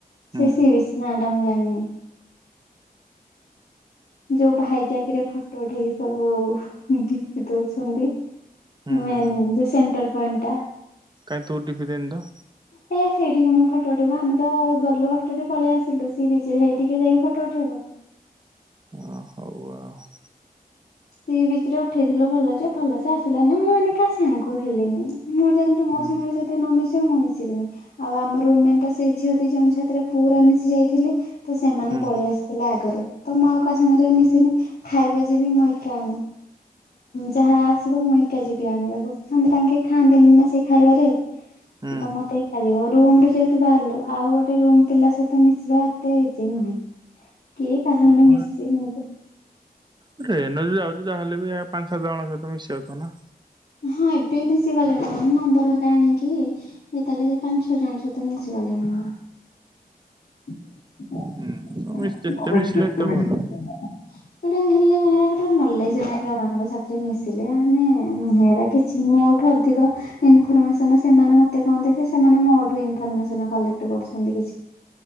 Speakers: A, on the right (about 25°); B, on the left (about 75°).
A: ହୁଁ
B: ସେ ସି ବିଚ୍ ନାଁ ଟା ମୁଁ ଜାଣିନି। ଯଉ ଭାଇଜାକ୍ ରେ ଫଟୋ ଉଠେଇକି ସବୁ ଡିପି ଦଉଛନ୍ତି।
A: ହୁଁ
B: ମେନ୍
A: ହୁଁ
B: ଯଉ ସେଣ୍ଟର ପଏଣ୍ଟ ଟା।
A: କାଇଁ ତୁ ଡିପି ଦେଇନୁ ତ?
B: ହେ ସେଇଠିକି ମୁଁ ଫୋଟୋ ଉଠେଇବୁ କଣ ଆମେ ତ ଗଲୁ ଅଟୋ ରେ ପଳେଇ ଆସିଲୁ ସି ବିଚ୍ ହେଠି କିଏ ଯାଇକି ଫଟୋ ଉଠେଇବ।
A: ଓ ହଉ ଆଉ।
B: ସି ବିଚ୍ ରେ ଉଠେଇଥିଲୁ ଭଲ ଯେ ଭଲ ସେ ଆସିଲାନି। ମୁଁ ମାନେ କାହା ସାଙ୍ଗ ହେଲିନି। ମୁଁ ଯେନ୍ତି ମୋ
A: ହୁଁ
B: ସାଙ୍ଗରେ <unintelligible> ଯଦି ନ ମିିଶିବୁ ମୁଁ ମିଶିବିନି। ଆଉ ଆମର ରୁମମେଟ୍ ସେଇ ଝିଅ ଦି ଜଣ ସାଥିରେ ପୁରା ମିଶି ଯାଇଥିଲି। ତ ସେମାନେ
A: ହୁଁ
B: ପଳେଇ ଆସିଥିଲେ ଆଗରେ। ତ ମୁଁ ଆଉ କାହା ସାଙ୍ଗରେ ମିଶିନି ଖାଇବା ଯିବି ମୁଁ ଏ କା ଆଣି। ଯାହା ଆସିବ ମୁଁ ଏକା ଯିବି ଆଣିବାକୁ। ମାନେ ତାଙ୍କେ ଖାଆନ୍ତିନି ନା ସେ ଖାଇବାରେ।
A: ହୁଁ
B: ତ ମତେ ଆଜି ମୋ ରୁମ୍ ରୁ ଯେହେତୁ ବାହାରିଲୁ ଆଉ ଗୋଟେ ରୁମ୍ ପିଲା ସହିତ ମିଶିବା ଏତେ ଇଜି ନୁହେଁ। କିଏ କାହା
A: ହମ
B: ସାଙ୍ଗେ। <unintelligible>
A: ଟ୍ରେନ୍ ରେ ଯଦି ଯାଉଚୁ ତାହେଲେ ବି ଆଉ ପାଞ୍ଚ ସାତ ଜଣଙ୍କ ସହିତ ମିଶି ଯାଉଥିବ ନା।
B: ହଁ ଏବେ ମିଶି ଗଲିଣି। ମାନେ ନମ୍ବର ହେରିକା ଆଣିକି ଯେତେବେଳେ ପାଞ୍ଚ ଛଅ ଜଣ ତ ମିଶି ଗଲିଣି। <unintelligible> ଯୋଉଟା
A: ହୁଁ ମିଶ୍ ଯେତେ ମିଶିଲେ
B: ହେଲେ ଯେ
A: ଏତେ
B: ହେରାଙ୍କର
A: ଭଲ
B: ନଲେଜ୍ ନାହିଁ ଯୋଉମାନଙ୍କ ସାଥିରେ ମିଶିଲି। ହେରା ମାନେ ନୁହେଁ ହେରା କିଛି। ମୋଠୁ ଅଧିକ ଇନଫରମେସନ ସେମାନେ ମତେ କଣ ଦେବେ, ସେମାନେ ମୋଠୁ ଇନଫରମେସନ କଲେକ୍ଟ କରୁଛନ୍ତି କିଛି।